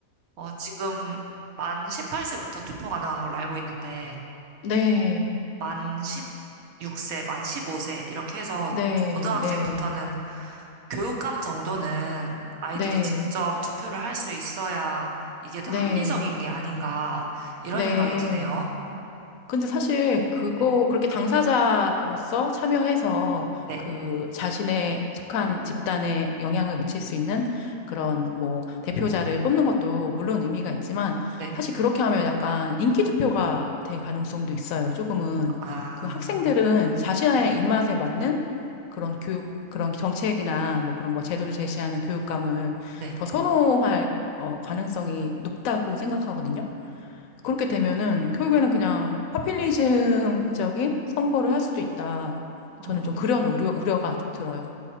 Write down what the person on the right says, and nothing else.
어, 지금 만 18세부터 투표 가능한 걸로 알고 있는데
만 6세, 만 15세, 이렇게 해서
고등학생부터는
교육감 정도는 아이들이
직접 투표를 할 수 있어야 이게 더
합리적인 게 아닌가, 이런
생각이 드네요.
네.
네,
네.
아,
네.
어,